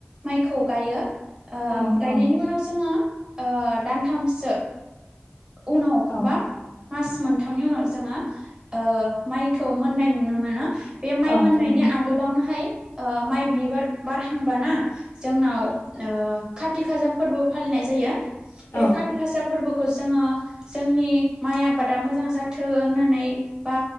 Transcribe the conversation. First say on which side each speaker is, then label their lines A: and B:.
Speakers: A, on the right (about 20°); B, on the left (about 60°).
A: माइ बिखौ गायो ओ
B: औ
A: गनायनि
B: औ
A: उनाव जोङो दानथामसो उनाव
B: औ
A: बा मास मोनथामनि उनाव जोङो ओ माइखौ मोननाय नुनो मोनो बे माइ
B: औ
A: मोननायनि
B: थारैनो
A: आगोलावनोहाय ओ माइ बिबार बारहांबाना जोंनाव ओ खाथि खाजा फोरबो फालिनाय जायो बे
B: औ
A: काति गासा फोरबोखौ जों जोङो जोंनि माइ आबादा मोजां जाथो होननानै बा